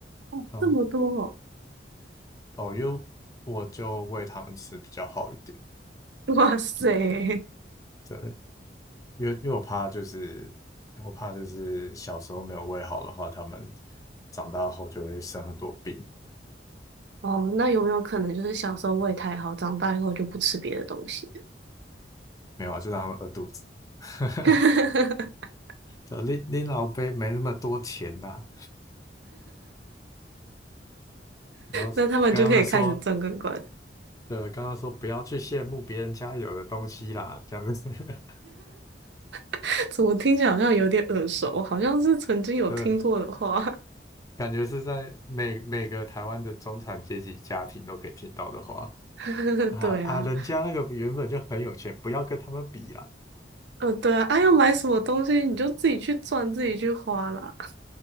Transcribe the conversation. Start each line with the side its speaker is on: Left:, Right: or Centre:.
Right: 哦，
Left: 然后
Right: 这么多哦，
Left: 哦，因为我就喂他们吃比较好一点，
Right: 哇塞！
Left: 对，因为因为我怕就是我怕就是小时候没有喂好的话，他们长大后就会生很多病。
Right: 哦，那有没有可能就是小时候胃太好，长大以后就不吃别的东西？
Left: 没有啊，就让他们饿肚子。<laughs>
Right: <laughs>
Left: 就拎拎老杯没那么多钱呐、然后跟他们说。
Right: 那他们就可以开始正罐罐，
Left: 对，刚刚说不要去羡慕别人家有的东西啦，这样子，<laughs>
Right: <laughs> 怎么听起来好像有点耳熟，好像是曾经有听过的话。
Left: 对，感觉是在每每个台湾的中产阶级家庭都可以听到的话
Right: <laughs>
Left: 啊啊，
Right: 对啊，
Left: 人家那个原本就很有钱，不要跟他们比啦，
Right: 嗯、对啊，啊，要买什么东西你就自己去赚，自己去花啦，